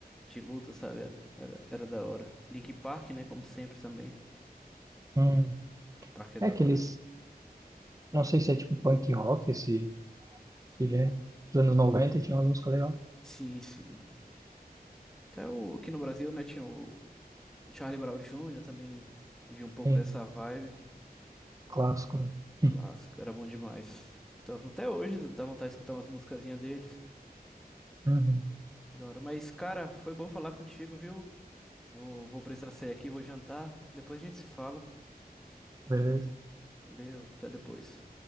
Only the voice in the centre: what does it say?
de luta, sabe? Era, era, era da hora. Link Park, né? Como sempre também.
Link Park é
da
hora.
Sim, sim. Até o, aqui no Brasil, né, tinha o Charlie Brown Jr., também vi um pouco
dessa vibe.
Clássico, era bom demais. Então, até hoje dá vontade de escutar umas musicazinhas deles.
Da hora. Mas, cara, foi bom falar contigo, viu? Vou, vou precisar sair aqui, vou jantar. Depois a gente se fala.
Valeu, até depois.